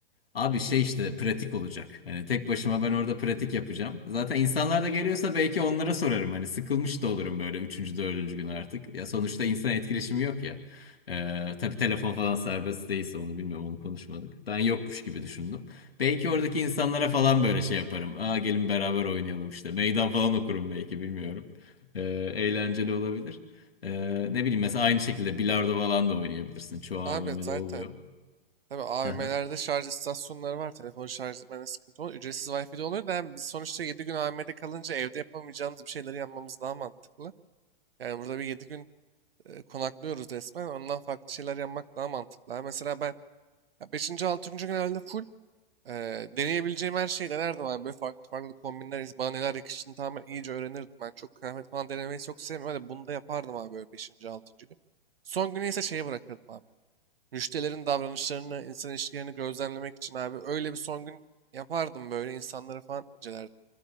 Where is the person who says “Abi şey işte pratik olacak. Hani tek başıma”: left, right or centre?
Left